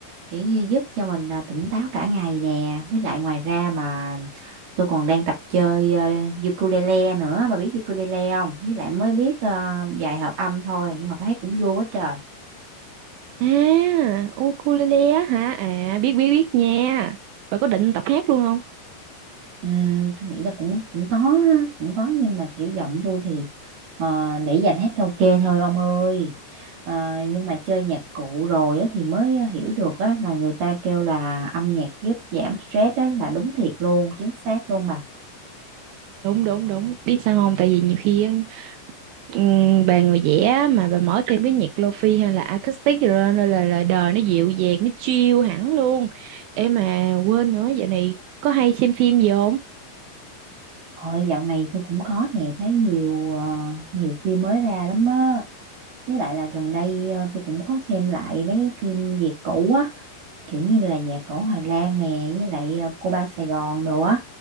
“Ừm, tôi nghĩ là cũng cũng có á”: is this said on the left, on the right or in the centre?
Right